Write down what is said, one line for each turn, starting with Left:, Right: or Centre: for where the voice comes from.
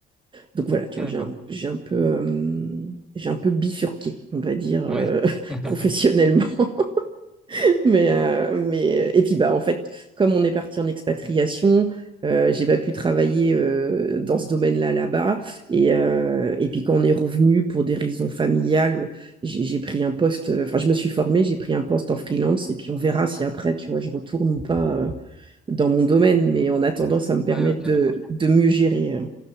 Right: donc voilà, tu
Centre: d'accord.
Right: vois, j'ai un, j'ai un peu, euh, j'ai un peu bifurqué, on va dire, euh,
Centre: Ouais.
Right: <laughs>
Centre: <laughs>
Right: professionnellement. <laughs> mais, euh, mais, euh, et puis, bah, en fait, comme on est parti en expatriation, euh, j'ai pas pu travailler euh, dans ce domaine-là là-bas. Et, euh, et puis quand on est revenu pour des raisons familiales, j'ai j'ai pris un poste, euh, enfin je me suis formée, j'ai pris un poste en freelance et puis on verra si après, tu vois, je retourne ou pas euh, dans mon domaine. Mais en attendant, ça me permet
Centre: Ouais, ok,
Right: de,
Centre: d'accord.
Right: de mieux gérer euh,